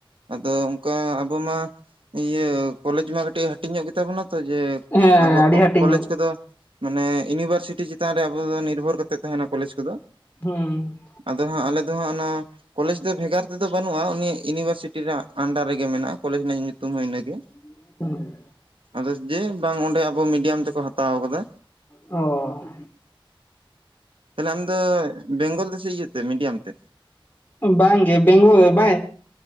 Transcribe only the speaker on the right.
ᱟᱫᱚ ᱚᱱᱠᱟ ᱟᱵᱚ ᱢᱟ ᱤᱭᱟᱹ ᱠᱚᱞᱮᱡᱽ ᱢᱟ ᱠᱟᱹᱴᱤᱡ ᱦᱟᱹᱴᱤᱧ ᱧᱚᱜ ᱜᱮᱛᱟ ᱵᱚᱱᱟ ᱛᱚ ᱡᱮ
ᱟᱵᱚᱣᱟᱜ
ᱠᱚ
ᱠᱚᱞᱮᱡᱽ
ᱠᱚᱫᱚ ᱢᱟᱱᱮ ᱤᱱᱤᱵᱚᱨᱥᱤᱴᱤ ᱪᱤᱛᱟᱱ ᱨᱮ ᱟᱵᱚ ᱫᱚ ᱱᱤᱨᱵᱷᱚᱨ ᱠᱟᱛᱮᱫ ᱛᱟᱦᱮᱱᱟ ᱠᱚᱞᱮᱡᱽ ᱠᱩᱫᱚ᱾
ᱟᱫᱚ ᱦᱟᱸᱜ ᱟᱞᱮ ᱫᱚ ᱦᱟᱸᱜ ᱚᱱᱟ ᱠᱚᱞᱮᱡᱽ ᱫᱚ ᱵᱷᱮᱜᱟᱨ ᱛᱮᱫᱚ ᱵᱟᱹᱱᱩᱜᱼᱟ ᱩᱱᱤ ᱤᱭᱩᱱᱤᱵᱷᱟᱨᱥᱤᱴᱤ ᱨᱮᱭᱟᱜ ᱟᱱᱰᱟᱨ ᱨᱮᱜᱮ ᱢᱮᱱᱟᱜᱼᱟ ᱠᱚᱞᱮᱡᱽ ᱨᱮᱭᱟᱜ ᱧᱩᱛᱩᱢ ᱦᱚᱸ ᱤᱱᱟᱹᱜᱮ
ᱟᱫᱚ ᱡᱮ ᱵᱟᱝ ᱚᱸᱰᱮ ᱟᱵᱚ ᱢᱤᱰᱤᱭᱟᱢ ᱛᱮᱠᱚ ᱦᱟᱛᱟᱣ ᱟᱠᱟᱫᱟ
ᱛᱟᱦᱞᱮ ᱟᱢ ᱫᱚ ᱵᱮᱝᱜᱚᱞ ᱫᱚ ᱥᱮ ᱤᱭᱟᱹ ᱛᱮ ᱢᱤᱰᱤᱭᱟᱢ ᱛᱮ?